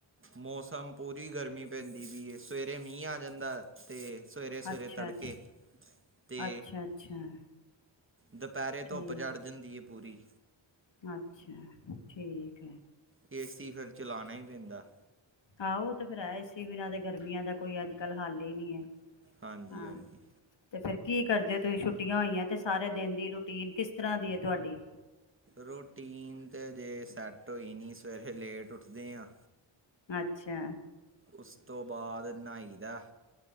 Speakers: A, on the right (about 25°); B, on the left (about 65°).
A: ਮੌਸਮ ਪੂਰੀ ਗਰਮੀ ਪੈਂਦੀ ਪਈ ਏ ਸਵੇਰੇ ਮੀਂਹ ਆ ਜਾਂਦਾ ਤੇ- ਸਵੇਰੇ-ਸਵੇਰੇ
B: ਅੱਛਾ
A: ਤੜਕੇ
B: ਅੱਛਾ
A: ਤੇ
B: ਅੱਛਾ ਅੱਛਾ
A: ਦ ਪੈਰੇ
B: ਠੀਕ
A: ਧੁੱਪ ਚੜ੍ਹ ਜਾਂਦੀ ਏ ਪੂਰੀ
B: ਅੱਛਾ ਠੀਕ ਐ
A: ਏਸੀ ਫਿਰ ਚਲਾਣਾ ਈ ਪੈਂਦਾ
B: ਆਹੋ ਓ ਤੇ ਫੇਰ ਹੈ ਏੇ ਸੀ ਬਿਨਾਂ ਤੇ ਗਰਮੀਆਂ ਦਾ ਕੋਈ ਅੱਜ ਕੱਲ੍ਹ ਹੱਲ ਹੀ ਨਈ ਐ
A: ਹਾਂਜੀ
B: ਹਾਂ
A: ਹਾਂਜੀ
B: ਤੇ ਫੇਰ ਕੀ ਕਰਦੇ ਹੋ ਤੁਸੀਂ ਛੁੱ ਟੀਆਂ ਹੋਈਆਂ ਤੇ ਸਾਰੇ ਦਿਨ ਦੀ ਰੂਟੀਨ ਕਿਸ ਤਰ੍ਹਾਂ ਦੀ ਏ ਤੁਹਾਡੀ
A: ਰੋਟੀਨ ਤਾਂ ਅਜੇ ਸੈੱਟ ਹੋਈ ਨੀ ਸਵੇਰੇ ਲੇਟ ਉੱਠਦੇ ਆ
B: ਛਾ
A: ਉਸ ਤੋਂ ਬਾਅਦ ਨਾਈਦਾ